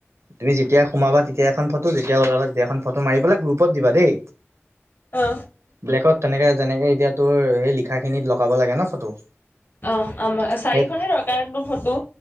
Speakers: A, on the right; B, on the left.
A: তুমি যেতিয়া সোমাবা। <unintelligible> এখন ফটো যেতিয়া উলাবা তেতিয়া এখন ফটো মাৰি পেলাই গ্ৰুপত দিবা দেই।
B: অ।
A: ব্লেকত তেনেকে যেনেকে এতিয়া তোৰ সেই লিখা খিনিত লগাব লাগে নহ ফটো।
B: অ আমা চাৰিখনহে
A: সেই
B: ধৰক কাৰ্ড বা ফটো